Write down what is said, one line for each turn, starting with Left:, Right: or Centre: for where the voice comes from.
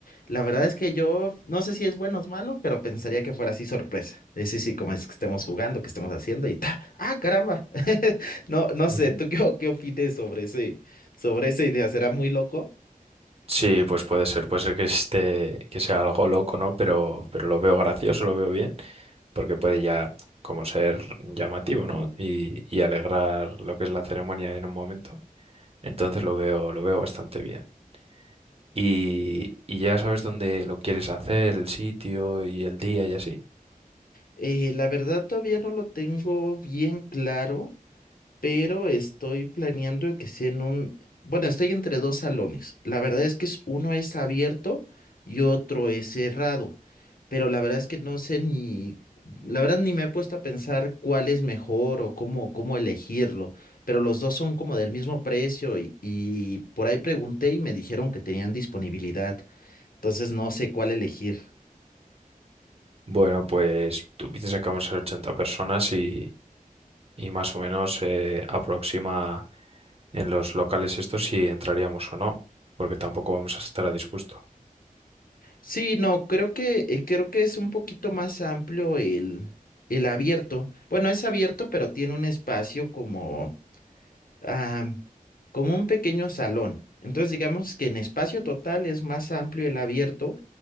Left: La verdad es que yo no sé si es bueno o es malo, pero pensaría que fuera así sorpresa. Eh, sí, sí, como es que estemos jugando, que estemos haciendo y ta, ah, caramba. <laughs> No, no
Right: Ujú.
Left: sé, ¿tú qué, o- qué opines sobre ese, sobre esa idea? ¿Será muy loco?
Right: Sí, pues puede ser, puede ser que esté, que sea algo loco, ¿no? Pero, pero lo veo gracioso, lo veo bien, porque puede ya como ser llamativo, ¿no? Y, y alegrar lo que es la ceremonia en un momento. Entonces lo veo, lo veo bastante bien. y, y ya sabes dónde lo quieres hacer, el sitio y el día y así.
Left: Eh, la verdad todavía no lo tengo bien claro. pero estoy planeando que sea en un, bueno, estoy entre dos salones. La verdad es que es- uno es abierto y otro es cerrado, pero la verdad es que no sé ni, la verdad ni me he puesto a pensar cuál es mejor o cómo, cómo elegirlo, pero los dos son como del mismo precio y, y por ahí pregunté y me dijeron que tenían disponibilidad, entonces no sé cuál elegir.
Right: Bueno, pues tú piensas que vamos a ser 80 personas y, y más o menos eh, aproxima en los locales estos si entraríamos o no, porque tampoco vamos a estar a disgusto.
Left: Sí, no, creo que, eh, creo que es un poquito más amplio el, el abierto. Bueno, es abierto, pero tiene un espacio como, ah, como un pequeño salón. Entonces, digamos que en espacio total es más amplio el abierto,